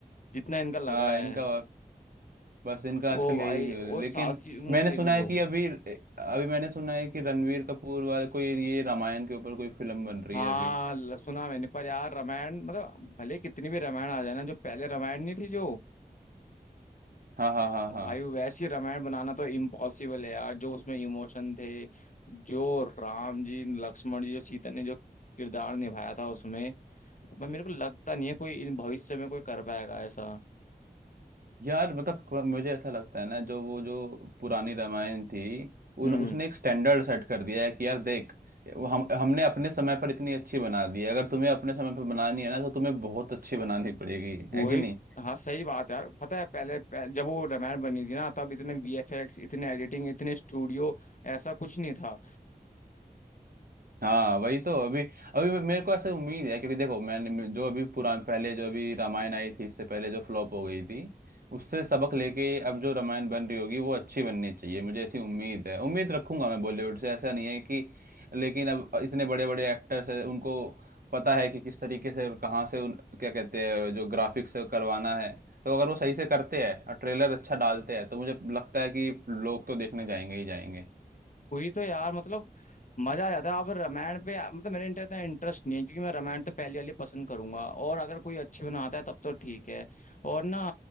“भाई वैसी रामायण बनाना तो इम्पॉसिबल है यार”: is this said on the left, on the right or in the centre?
Left